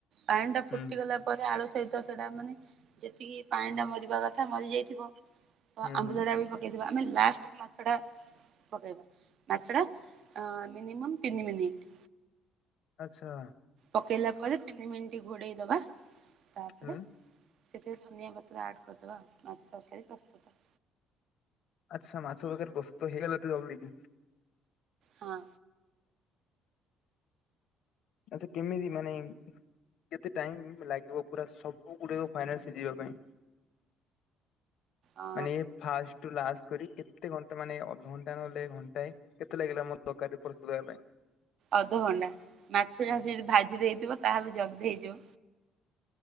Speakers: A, on the right; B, on the left.
A: ପାଣି ଟା ଫୁଟିଗଲା
B: ହୁଁ
A: ପରେ ଆଳୁ ସହିତ ସେଟା ମାନେ ଯେତିକି ପାଣି ଟା ମରିବା କଥା ମରିଯାଇଥିବ। ତ
B: ହୁଁ
A: ଆମ୍ବୁଲଟା
B: ହୁଁ
A: ବି ପକେଇଦବା। ଆମେ ଲାଷ୍ଟକୁ ମାଛ ଟା ପକେଇବା। ମାଛଟା ମିନିମମ୍ ତିନି ମିନିଟ।
B: ଆଚ୍ଛା।
A: ପକେଇଲା ପରେ ତିନି ମିନିଟ୍ ଘୋଡେଇ ଦବା। ତାପରେ
B: ହୁଁ
A: ସେଥିରେ ଧନିଆ ପତ୍ର ଆଡ଼୍ କରିଦେବା ଆଉ। ମାଛ ତରକାରୀ ପ୍ରସ୍ତୁତ।
B: ଆଚ୍ଛା ମାଛ ତରକାରୀ ରେ ପ୍ରସ୍ତୁତ ହେଇଗଲା ଏତେ ଜଲଦି।
A: ହଁ।
B: ଆଚ୍ଛା କେମିତି ମାନେ କେତେ ଟାଇମ ଲାଗିବ ପୁରା ସବୁ ଗୁଡିକ ଫାଇନାଲ ସିଯିବା ପାଇଁ?
A: ଅ
B: ମାନେ ଏ ଫାଷ୍ଟ ଠୁ ଲାଷ୍ଟ କରି କେତେ ଘଣ୍ଟା ମାନେ ଅଧଘଣ୍ଟା ନହେଲେ ଘଣ୍ଟାଏ କେତେ ଲାଗିଲା ଆମ ତରକାରୀ ପ୍ରସ୍ତୁତ ହବା ପାଇଁ?
A: ଅଧଘଣ୍ଟା। ମାଛଟା ଯଦି ଭାଜି ଦେଇଥିବ ତାହେଲେ ଜଲ୍ଦି ହେଇଯିବ।